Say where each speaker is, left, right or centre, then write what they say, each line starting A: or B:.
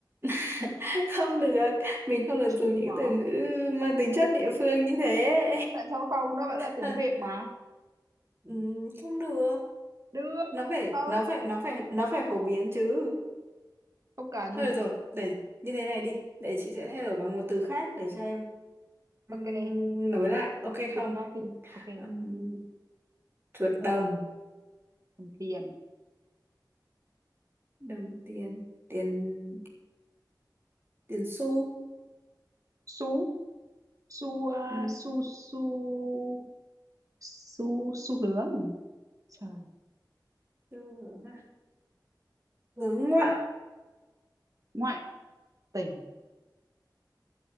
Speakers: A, on the right; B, on the right.
A: <laughs> không được mình không được
B: chù
A: dùng những
B: mọ
A: từ ngữ mang tính chất địa phương như thế
B: tại sao không nó vẫn là tiếng
A: <laughs>
B: Việt mà
A: ừ, không được
B: được
A: nó phải
B: không
A: nó phải nó phải nó phải phổ biến chứ
B: không cần
A: thôi được rồi để như thế này đi để chị sẽ thay đổi bằng một từ khác để cho em ừm,
B: ok
A: nối lại ok
B: chuột
A: không
B: khác đi ok
A: Ừm, chuột đồng
B: cầm tiền
A: đồng tiền tiền tiền xu
B: xu xu à,
A: ừ,
B: xu xu xu xu hướng trời
A: xu hướng à? hướng ngoại
B: ngoại tình